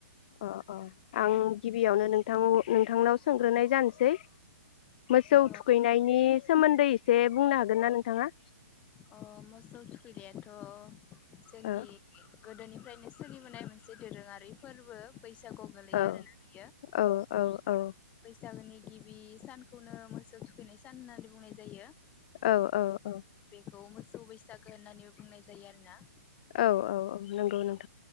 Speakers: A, on the left (about 35°); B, on the left (about 15°).
A: अ अ आं गिबियावनो नोंथां नोंथांनाव सोंग्रोनाय जानोसै। मोसौ
B: अ
A: थुखैनायनि सोमोन्दै एसे बुंनो हागोन ना नोंथाङा।
B: अ मोसौ थुखैनायाथ' जोंनि
A: ओ
B: गोदोनि सोलिबोनाय मोनसे दोरोङारि फोरबो। बैसागु गोलैयो
A: औ
B: आरोना बियो।
A: औ औ औ।
B: बैसागोनि गिबि सानखौनो मोसौ थुखैनाय सान होननानै बुंनाय जायो।
A: औ औ औ।
B: बेखौ मोसौ बैसागो होननानैबो बुंनाय जायो आरो ना।
A: औ औ औ नंगौ नंगौ।